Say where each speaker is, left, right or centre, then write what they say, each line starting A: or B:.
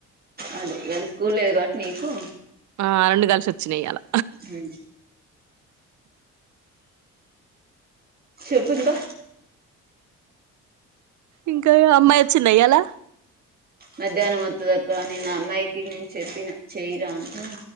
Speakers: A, on the right; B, on the right.
A: అదే ఇయల స్కూల్ లేదు గట్ నీకు
B: ఆ రెండు కలిసి వచ్చినాయి ఇయలా
A: ఉ అదే చెప్పు ఇంకా
B: ఇంకా అమ్మాయి వచ్చింది ఇయలా
A: మధ్యాహ్నం వత్తదక్క నిన్నా ఆ అమ్మాయికి నేను చెప్పిన చేయిరా అంటే